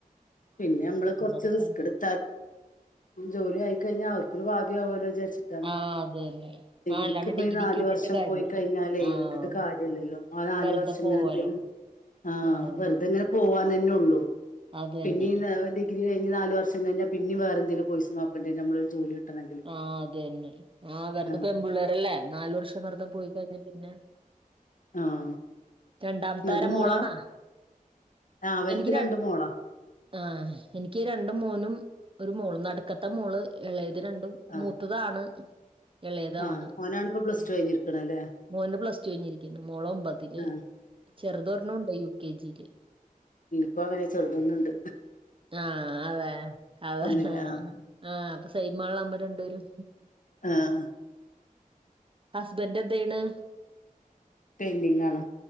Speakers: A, on the left (about 60°); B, on the right (about 35°).
A: പിന്നെ നമ്മള് കൊറച്ച്
B: അടക്കാനാ
A: റിസ്ക് എടു- ജോലി ആയിക്കഴിഞ്ഞാൽ അവർക്കൊരു ഭാവി ആവല്ലോ വിചാരിചച്ച് ട്ടാണ്
B: ആഹ് അത് തന്നെ
A: ഡിഗ്രിക്ക്
B: ആഹ് അല്ലാണ്ട്
A: പോയി
B: ഡിഗ്രിക്ക്
A: നാല്
B: വിട്ടിട്ട്
A: വർഷം
B: കാര്യല്ല
A: പോയി കഴിഞ്ഞാലേ
B: ആഹ്
A: ഇട്ടിട്ട് കാര്യമില്ലല്ലോ ആ നാല്
B: വെറുതെ
A: വർഷം
B: പോവാലോ
A: ഇങ്ങനെ എന്തെിലും ആ
B: ആഹ്
A: വെറുതെങ്ങനെ പോവാ ന്നെ ഒള്ളു
B: അത് തന്നെ
A: പിന്നെ ഡിഗ്രി കഴിഞ്ഞ് നാല് വർഷം ഷം കഴിഞ്ഞാ പിന്നെവറെ എന്തങ്കിലും കോഴ്സ് നോക്കണ്ടേ നമ്മള് ഒരു ജോലി കിട്ടണമെങ്കിൽ
B: ആഹ് അത് തന്നെ ആ വെറുതെ
A: ആഹ്
B: പെൺമ്പുള്ളേരല്ലേ നാലു വർഷം വെറുതെ പോയി കഴിഞ്ഞ പിന്നെ
A: ആഹ്
B: രണ്ടാമത്തൊര
A: നിങ്ങളത്
B: മോളാണാ
A: മോളാ ആഹ് വലുത്
B: എനിക്ക് രണ്ട്
A: മോളാ
B: ആ എനിക്ക് രണ്ടും മോനും ഒരു മോളും നട- ക്കത്തെ മോള് ഇളയത് രണ്ടും
A: ആഹ്
B: മൂത്തത് ആണ് ഇളയത്
A: ആഹ്
B: ആണ്ണ്മോന്
A: ഓനാണ് ഇപ്പോ പ്ലസ് ടു കഴിഞ്ഞിരിക്കണത് അല്ലേ
B: പ്ലസ്ടു കഴിഞ്ഞിരിക്കുന്നു മോളോ ഒമ്പതില്
A: ആഹ്
B: ചെറുതൊരാണ്ണം ഉണ്ട് യു കെ ജിയില്
A: ഇനിപ്പോ അവന് ചെറുതുന്നുണ്ട്
B: ആഹ അതെ അതാണ്
A: ഒന്നില് ആഹ്
B: ആഹ് അപ്പൊ സൈമ ഉള്ള നമ്മ രണ്ടപേരും
A: ആഹ്
B: ഹസ്ബന്റെ എന്ത് യ്ണ്
A: പെയിന്റിങ്ങ് ആണ്